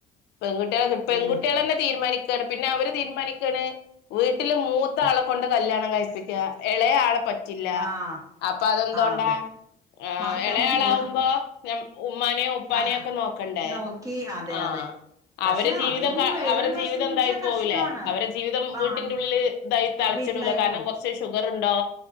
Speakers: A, on the left; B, on the right.
A: പെൺകുട്ട്യേളെ കി പെൺകുട്ട്യേളെന്നെ
B: പിന്നെ
A: തീരുമാനിക്കാണ് പിന്നെ അവര് തീരുമാനിക്കാണ്. വീട്ടില് മൂത്ത ആളെ കൊണ്ട് കല്യാണം കഴിപ്പിക്കാ. എളയ ആളെ പ റ്റില്ലാ.
B: ആഹ്
A: അപ്പൊ അതെന്തോണ്ടാ?
B: ആഹ് അതെ
A: ആഹ്
B: മാറി
A: എളയാളാവുമ്പോ
B: താമസിക്കാ
A: നം ഉമ്മാനെയും ഉപ്പാനെയും
B: ആഹ്
A: ഒക്കെ നോക്കണ്ടേ.
B: നോക്കി അതെ
A: ആഹ്
B: അതെ പക്ഷെ
A: അവരെ ജീവിതം
B: അതും
A: ക
B: വേറൊരു
A: അവരെ
B: വശം
A: ജീവിതം
B: ന്ന് വെച്ചാ
A: ഇതായി
B: കഷ്ടമാണ്
A: പോവുലെ. അവരെ ജീവിതം
B: ഇപ്പ
A: വീട്ടിന്റെ
B: ആൺ
A: ഉള്ളില് ഇതായി തളച്ചിടൂല
B: വീട്ടിലായി
A: കാരണം
B: പോവും
A: കൊർ ച്ച് ഷുഗറ് ണ്ടോ